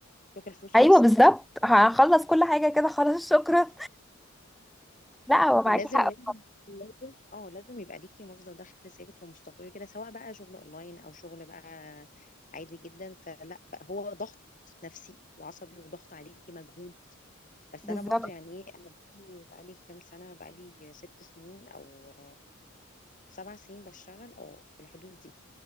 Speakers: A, on the left (about 35°); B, in the centre.
A: شكرا الفلوس خلصت
B: ايوه بالظبط هخلص كل حاجة كده خلاص شكرا <laughs> لا هو معاكي
A: فلازم
B: حق
A: لازم لازم اه لازم يبقى ليكي مصدر دخل ثابت ومستقر كده سواء بقى شغل اونلاين او شغل بقى عادي جدا فلا بقى هو ضغط نفسي وعصبي وضغط عليكي مجهود بس
B: بالظبط
A: انا برضو يعني ايه انا بقالي بقالي كام سنه بقالي ست سنين او سبع سنين بشتغل او في الحدود دي